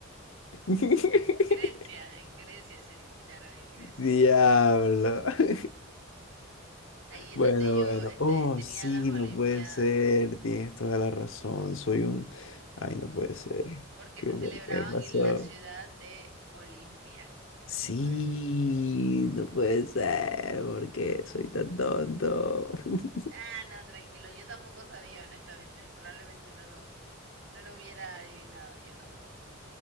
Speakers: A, on the left; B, on the right.
A: <laughs>
B: Grecia, en Grecia se originaron en Grecia.
A: Diablo. <laughs>
B: Ahí es
A: Bueno,
B: donde ellos
A: bueno.
B: este,
A: Oh,
B: tenían
A: sí,
B: las
A: no
B: Olimpiadas,
A: puede ser. Tienes toda la razón. Soy un... Ay, no puede ser.
B: porque
A: ¿Qué,
B: se celebraban
A: qué pasó?
B: en la ciudad de Olimpia. Entonces,
A: Sí, no puede ser, porque soy tan tonto. <laughs>
B: ah, no, tranquilo, yo tampoco sabía, honestamente, probablemente no lo, No lo hubiera adivinado yo tampoco.